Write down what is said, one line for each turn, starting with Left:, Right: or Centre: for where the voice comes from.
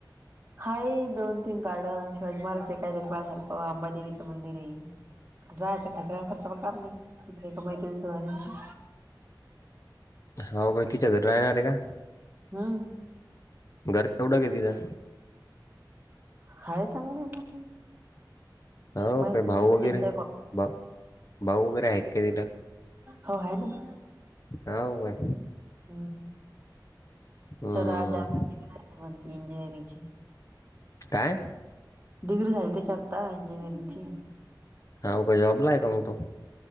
Right: हाय दोन तीन गार्डन शिवाजी महाराजचे काहीतरी पायसारखं अंबादेवीचं मंदिर आहे. राहाचा खा खर्च काम नाही तिथं एका मैत्रीनीच घर आहे आमच्या
Left: हो का तिच्या घरी राहणार आहे का?
Right: हम्म
Left: घर एवढा ग तिचां
Right: हाय चांगले मोठे
Left: हो
Right: माहित
Left: काय भाऊ
Right: नाही
Left: वगैरे
Right: तीन चार
Left: भा भाऊ वगैरे आहे काय तिला
Right: हो आहे ना.
Left: हाउ व्हाय.
Right: हम्म
Left: हम्म
Right: तदा जात म्ह इंजिनीयरिंगची.
Left: काय
Right: डिग्री झाली त्याची आत्ता इंजिनिअरिंगची.
Left: हा काय जॉबलाय का मग तो